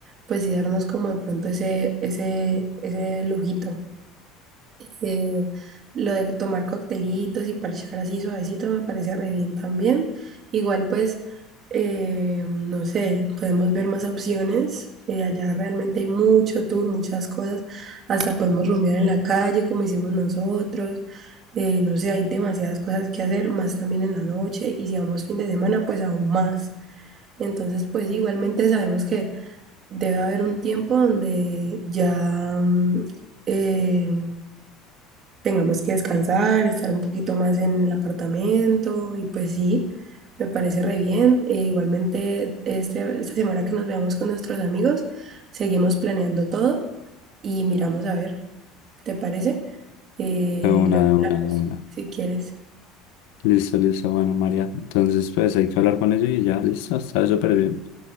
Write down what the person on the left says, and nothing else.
De Una,
de una,
de una.
Listo, listo. Bueno, María. Entonces, pues hay que hablar con ellos y ya, listo. Está súper bien.